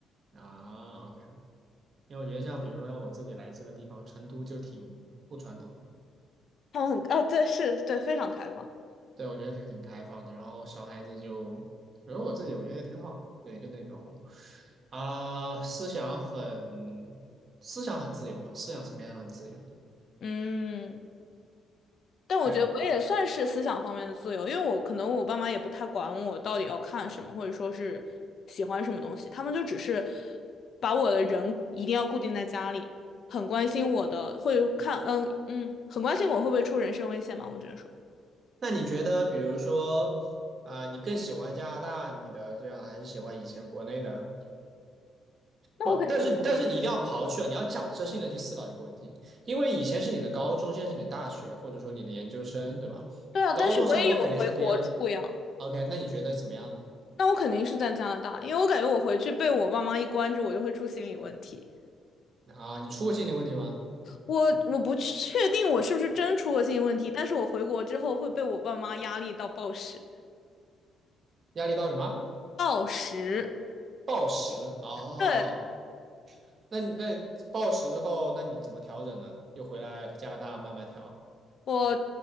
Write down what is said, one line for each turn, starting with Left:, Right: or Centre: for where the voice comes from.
Right: 啊，OK，因为我觉得像比如说像我自己来自的地方，成都就挺不传统的。
Left: 他们很，哦，对，是，对，非常开放。
Right: 对，我觉得挺挺开放的。然后小孩子就，比如我自己，我觉得挺好的对，就那种啊、思想很思想很自由吧，思想层面上很自由。
Left: 嗯，但我觉得我也算是思想方面的自由，
Right: 对，
Left: 因为我可能我爸妈也不太管我到底要看什么，或者说是喜欢什么东西，他们就只是把我的人一定要固定在家里，很关心我的，会看，嗯嗯，很关心我会不会出人身危险嘛，我只能说。
Right: 那你觉得，比如说啊、你更喜欢加拿大你的这样，还是喜欢以前国内的？
Left: 那我肯定。
Right: 不，但是你但是你一定要刨去啊，你要假设性的去思考一个问题，因为以前是你的高中，现在是你的大学，或者说你的研究生，对吧？
Left: 对啊，
Right: 高中生活肯定是不一样。
Left: 但是我也有回国住呀。
Right: OK，那你觉得怎么样呢？
Left: 那我肯定是在加拿大，因为我感觉我回去被我爸妈一关着，我就会出心理问题。
Right: 啊，你出过心理问题吗？
Left: 我我不确定我是不是真出过心理问题，但是我回国之后会被我爸妈压力到暴食。
Right: 压力到什么？
Left: 暴食，
Right: 暴食哦，
Left: 对，
Right: 那你那暴食之后，那你怎么调整呢？又回来加拿大慢慢调
Left: 我